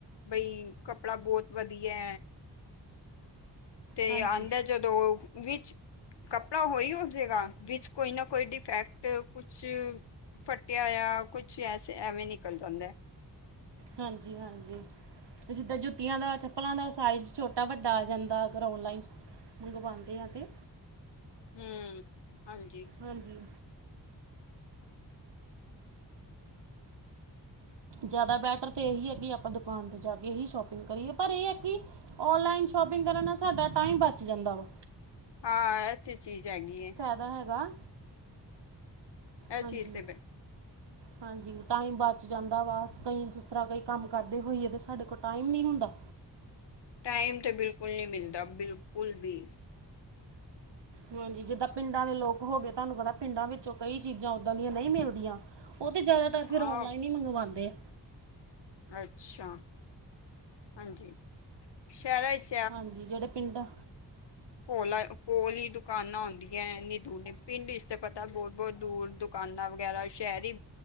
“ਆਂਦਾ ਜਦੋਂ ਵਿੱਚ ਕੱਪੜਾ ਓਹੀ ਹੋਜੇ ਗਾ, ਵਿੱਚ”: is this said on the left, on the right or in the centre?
Left